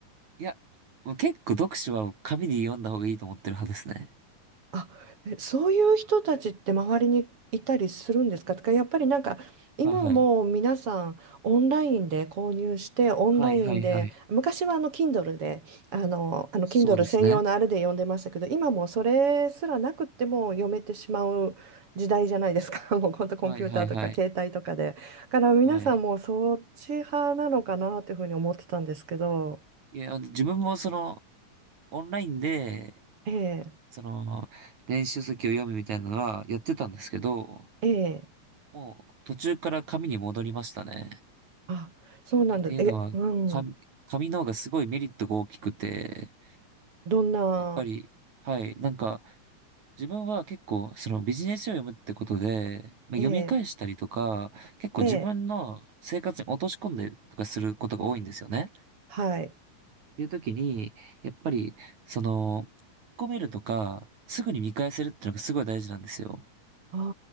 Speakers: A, on the right; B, on the right.
A: いや、もう結構読書は紙に読んだ方がいいと思ってる派ですね。
B: あ、えそういう人たちって周りにいたりするんですかとか、やっぱりなんか今もう皆さんオンラインで購入してオンラインで昔はあの
A: あ、はいはい。はいはいはい。
B: Kindle であの、あの
A: そうですね。
B: Kindle 専用のあれで読んでましたけど今もうそれすらなくっても読めてしまう時代じゃないですか <laughs> もう本当コンピューターとか携帯とかでだから皆さんもうそっち派なのかなというふうに思ってたんですけど
A: はいはいはい。はい。いや、あの、自分もその、オンラインで、
B: ええ
A: その、電子書籍を読むみたいなのはやってたんですけど、
B: ええ
A: もう途中から紙に戻りましたね。っ
B: あそうなんだえうん
A: ていうのは、紙、紙の方がすごいメリットが大きくて、
B: どんな
A: やっぱり、はい、なんか、自分は結構、そのビジネス書を読むってことで、まあ、
B: ええ、
A: 読み返したりとか、結構自分の生活に落とし込んでとかすることが多いんですよね。
B: ええ、はい。
A: ていう時に、やっぱり、その、引き込めるとか、すぐに見返せるってのがすごい大事なんですよ。
B: ああ、